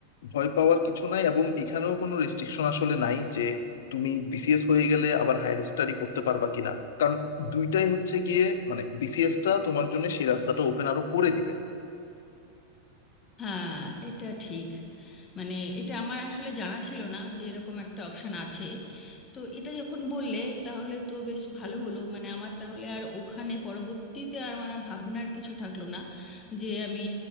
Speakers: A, on the left; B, on the left.
A: ভয় পাওয়ার কিছু নাই এবং এখানেও কোনো রেস্ট্রিকশন আসলে নাই যে তুমি বিসিএস হয়ে গেলে আবার হায়ার স্টাডি করতে পারবা কিনা কারণ দুইটাই হচ্ছে গিয়ে মানে বিসিএস টা তোমার জন্য সেই রাস্তাটা ওপেন আরো করে দিবে
B: হ্যাঁ এটা ঠিক মানে এটা আমার আসলে জানা ছিল না যে এরকম একটা অপশন আছে তো এটা যখন বললে তাহলে তো বেশ ভালো হলো মানে আমার তাহলে আর ওখানে পরবর্তীতে আর আমার আর ভাবনার কিছু থাকলো না যে আমি